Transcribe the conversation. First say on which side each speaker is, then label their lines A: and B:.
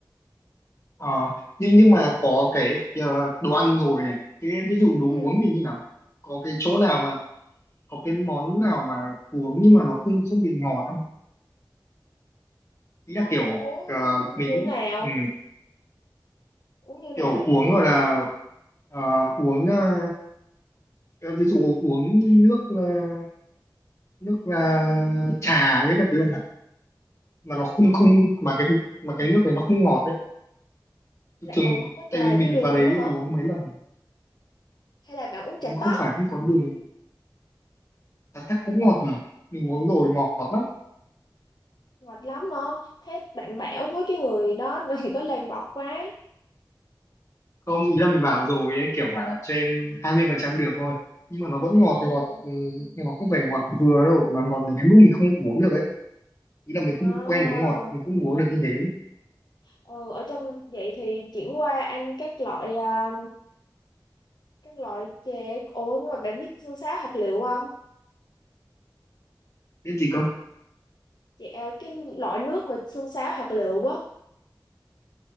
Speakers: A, on the left (about 35°); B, on the left (about 65°).
A: ờ, nhưng nhưng mà có cái ờ, đồ ăn rồi này cái ví dụ đồ
B: ừ.
A: uống thì như nào có cái chỗ nào mà có cái món nào mà uống nhưng mà nó không không bị ngọt không ý là
B: ông
A: kiểu
B: muốn uống
A: ờ, mình
B: như
A: cũng
B: nào
A: ừ,
B: uống như nào
A: kiểu
B: nè
A: uống gọi là ờ, uống ờ, ờ, ví dụ uống nước ờ, nước ờ, trà với các thứ chẳng hạn mà nó không
B: không
A: không mà cái mà cái nước này nó không ngọt đấy
B: là
A: thường
B: ồ có
A: tại
B: trà
A: vì mình
B: dưới đường
A: vào đấy
B: nữa hả
A: uống mấy lần
B: hay là bạn uống trà
A: không
B: tóc
A: phải không có đường trà tắc cũng ngọt mà mình uống rồi ngọt lắm
B: Mệt lắm không? Thế bạn bảo với cái người đó <laughs> đừng có làm ngọt quá.
A: không ý là mình bảo rồi đấy kiểu phải là cho em 20% đường thôi nhưng mà nó vẫn ngọt
B: Ừ.
A: ngọt ừ, ngọt không phải ngọt vừa đâu mà ngọt đến cái mức mình không uống được ấy ý là mình
B: À,
A: không quen uống ngọt mình không uống được như thế
B: ừ, ở trong vậy thì chuyển qua ăn các loại à, các loại chè. Ủa nhưng mà bạn biết xương sáo hạt lựu không?
A: biết gì cơ
B: Chè, à, cái loại nước mà xương sáo hạt lựu á.